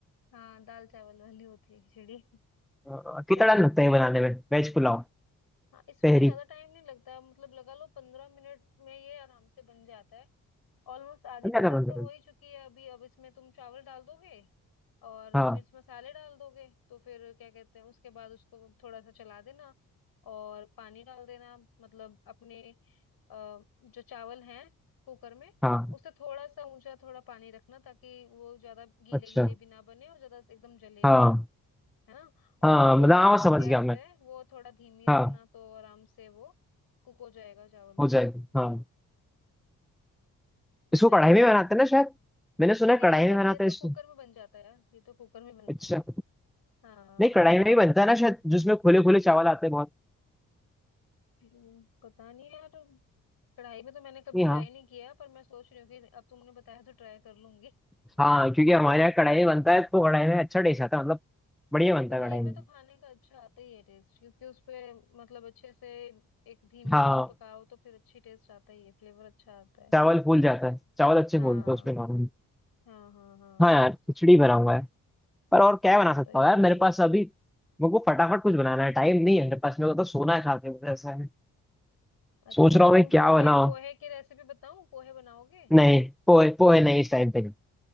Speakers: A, on the left; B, in the centre.
A: हाँ दाल चावल वाली होती है खिचड़ी <laughs>
B: अ, कितना
A: तो
B: टाइम लगता है बनाने में वेज पुलाव
A: हाँ इसमें
B: तहरी
A: ज्यादा टाइम नहीं लगता मतलब लगा लो पंद्रह मिनट में ये आराम से बन जाता है ऑलमोस्ट आधी
B: क्या
A: प्रोसेस
B: था बनता
A: तो हो
B: है?
A: ही चुकी है अभी अब इसमें तुम चावल डाल दोगे और
B: हाँ
A: मिर्च मसाले डाल दोगे तो फिर क्या कहते हैं उसके बाद उसको थोड़ा सा चला देना और पानी डाल देना मतलब अपने अ, जो चावल हैं कुकर में
B: हाँ
A: उससे थोड़ा सा ऊंचा थोड़ा पानी रखना ताकि वो ज्यादा गीले
B: अच्छा
A: गीले भी ना बने और ज्यादा एकदम जले
B: हाँ
A: भी ना है ना
B: हाँ
A: और जो
B: मतलब हाँ समझ
A: गैस
B: गया मैं
A: है वो थोड़ा धीमी रखना
B: हाँ
A: तो आराम से वो कुक हो जाएगा चावल
B: हो जाएगी हाँ
A: हो
B: इसको
A: जाएगा
B: कढ़ाई
A: उसके
B: में बनाते हैं ना शायद मैंने सुना
A: नहीं नहीं
B: है कढ़ाई
A: ये तो
B: में बनाते
A: ये तो
B: हैं इसको
A: कुकर में बन जाता है यार ये तो कुकर में बनता
B: अच्छा
A: है हाँ
B: नहीं कढ़ाई में ही बनता है ना शायद जिसमें खुले खुले चावल आते हैं बहुत
A: हम्म, पता नहीं यार कढ़ाई में तो मैंने कभी
B: नहीं
A: ट्राई
B: हाँ।
A: नहीं किया पर मैं सोच रही हूँ कि अब तुमने बताया तो ट्राई कर लूंगी
B: हाँ क्योंकि हमारे यहाँ कढ़ाई में बनता है तो कढ़ाई में अच्छा टेस्ट आता है मतलब बढ़िया
A: हाँ
B: बनता
A: कढ़ाई
B: है कढ़ाई
A: में
B: में
A: तो खाने का अच्छा आता ही है टेस्ट क्योंकि उसपे मतलब अच्छे से एक धीमी
B: हाँ
A: आंच पे पकाओ तो फिर अच्छी टेस्ट आता ही है फ्लेवर अच्छा आता है
B: चावल फूल जाता है चावल अच्छे
A: हाँ
B: फूलते हैं उसमें नॉर्मली
A: हाँ हाँ हाँ
B: हाँ यार खिचड़ी बनाऊंगा यार पर और क्या
A: हाँ
B: बना सकता
A: तो ये
B: हूँ यार
A: ऐसे
B: मेरे
A: ही।
B: पास अभी मेरे को फटाफट कुछ बनाना है टाइम नहीं है मेरे पास मेरे को तो सोना है खा के मुझे ऐसा है
A: अच्छा
B: सोच
A: तो मैं
B: रहा हूँ
A: तुम्हें
B: मैं क्या
A: पोहे
B: बनाऊँ
A: पोहे की रेसिपी बताऊं पोहे बनाओगे
B: नहीं पोहे पोहे नहीं इस टाइम पे नहीं